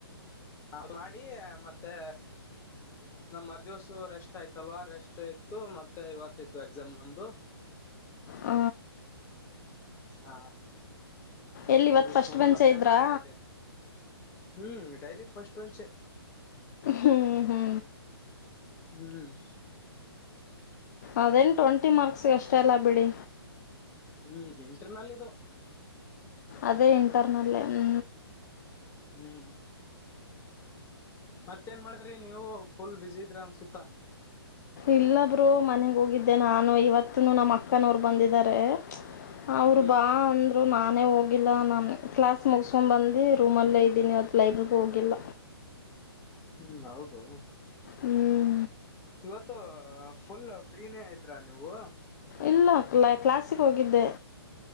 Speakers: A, on the left; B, on the left.
A: ಅದ ಮಾಡಿ ಮತ್ತೆ. ನಮ್ ಮರ್ ದಿವ್ಸ ರೆಸ್ಟ್ ಆಯ್ತಲ್ವಾ ರೆಸ್ಟ್ ಇತ್ತು ಮತ್ತೆ ಇವತ್ತ ಇತ್ತು ಎಕ್ಸಾಮ್ ನಮ್ದು
B: ಹ
A: ಹಾ
B: ಎಲ್ಲಿ
A: ಮುಗಿಸಕೊಂಡು
B: ಇವತ್ತು ಫಸ್ಟ್ ಬೆಂಚೆ
A: ಮತ್ತೆ
B: ಇದ್ರಾ
A: ನಾಳೆ ಇದೆ. ಹ್ಮ್ ಡೈಲಿ ಪಸ್ಟ್ಲ್ ಬೆಂಚ್
B: ಹ್ಞೂ ಹ್ಞೂ
A: ಹ್ಮ್.
B: ಅದೇನು ಟ್ವೆಂಟಿ ಮಾರ್ಕ್ಸಿಗೆ ಅಷ್ಟೇ ಅಲ್ಲ ಬಿಡಿ.
A: ಹ್ಮ್ ಇಂಟರ್ನಲ್ ಇದು.
B: ಅದೇ ಇಂಟರ್ನಲ್ ಹ್ಮ್...
A: ಹ್ಮ.. ಮತ್ತೇ ಏನ್ ಮಾಡಿದ್ರಿ ನೀವು ಫುಲ್ ಬ್ಯುಸಿ ಇದ್ರಿ ಅನ್ಸುತ್ತ.
B: ಇಲ್ಲ ಬ್ರೋ ಮನೆಗೆ ಹೋಗಿದ್ದೆ ನಾನು ಇವತ್ತು ನಮ್ಮ ಅಕ್ಕನವ್ರು ಬಂದಿದ್ದಾರೆ. ಅವರು
A: ಹ್ಮ್
B: ಬಾ ಅಂದರು ನಾನೇ ಹೋಗಿಲ್ಲ ನಾನು. ಕ್ಲಾಸ್ ಮುಗಸ್ಕೊಂಡು ಬಂದು ರೂಮಲ್ಲೇ ಇದ್ದೀನಿವತ್ತು ಲೈಬ್ರರಿಗೆ ಹೋಗಿಲ್ಲ.
A: ಹ್ಮ್ ಹೌದು.
B: ಹ್ಞೂ
A: ಇವತ್ತು ಫುಲ್ ಫ್ರೀನೇ ಇದ್ರಾ ನೀವು.
B: ಇಲ್ಲ ಕ್ಲಾಸಿಗೆ ಹೋಗಿದ್ದೆ.